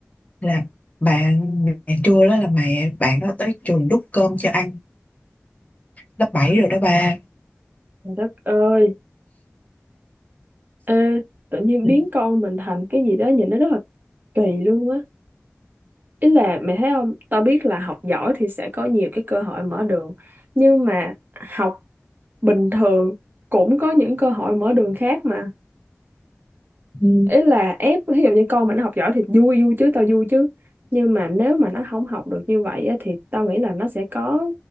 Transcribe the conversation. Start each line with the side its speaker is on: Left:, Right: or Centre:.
Left: là bạn mẹ trưa đó là mẹ bạn đó tới trường đút cơm cho ăn lớp bảy rồi đó ba
Right: trời đất ơi ê tự nhiên
Left: Ừ.
Right: biến con mình thành cái gì đó nhìn nó rất là kỳ luôn á ý là mẹ thấy không tao biết là học giỏi thì sẽ có nhiều cái cơ hội mở đường nhưng mà học bình thường cũng có những cơ hội mở đường khác mà
Left: Ừ.
Right: ý là ép ví dụ như con mà nó học giỏi thì vui vui chứ tao vui chứ nhưng mà nếu mà nó không học được như vậy á, thì tao nghĩ là nó sẽ có